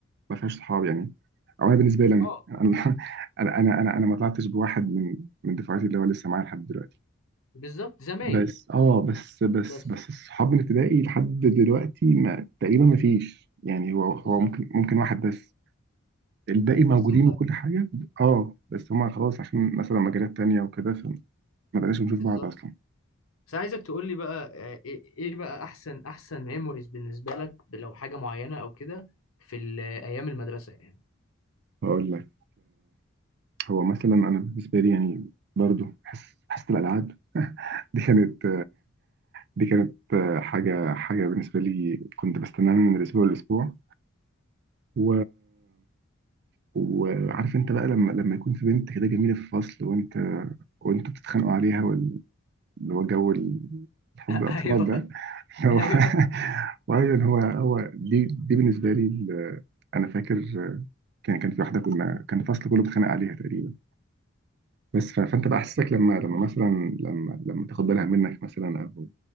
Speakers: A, on the right; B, on the left.
A: ما فيهاش صحاب يعني او انا بالنسبه لي انا
B: اه
A: انا <laughs> انا انا انا أنا ما طلعتش بواحد من من دفعتي اللي هو لسه معايا لحد دلوقتي
B: بالظبط زمايل
A: بس اه بس بس
B: بس
A: بس الصحاب من ابتدائي لحد دلوقتي ما تقريبا ما فيش يعني هو هو
B: بالظبط
A: ممكن ممكن واحد بس الباقي موجودين
B: بس انت
A: وكل حاجه اه بس هما خلاص عشان مثلا مجالات تانية وكده فما بقناش بنشوف
B: بالظبط
A: بعض اصلا
B: بس عايزك تقول لي بقى آه، ايه إيه بقى احسن احسن ميموريز بالنسبه لك لو حاجه معينه او كده في ال- آه، ايام المدرسه يعني
A: هقول لك هو مثلا انا بالنسبه لي يعني برضو حس حاسه الالعاب <laughs> دي كانت دي كانت حاجه حاجه بالنسبه لي كنت بستناها من الاسبوع للاسبوع و... وعارف انت بقى لما لما يكون في بنت كده جميله في الفصل وانت وانتوا بتتخانقوا عليها وال- اللي هو جو ال- حب
B: <laughs>
A: الاطفال
B: ايوه
A: ده <laughs> هو
B: ايوه
A: وايضا هو هو دي دي بالنسبه لي ال- انا فاكر كان كان في واحده كنا كان الفصل كله بيتخانق عليها تقريبا بس ف- فانت بقى احساسك لما لما مثلا لما لما تاخد بالها منك مثلا او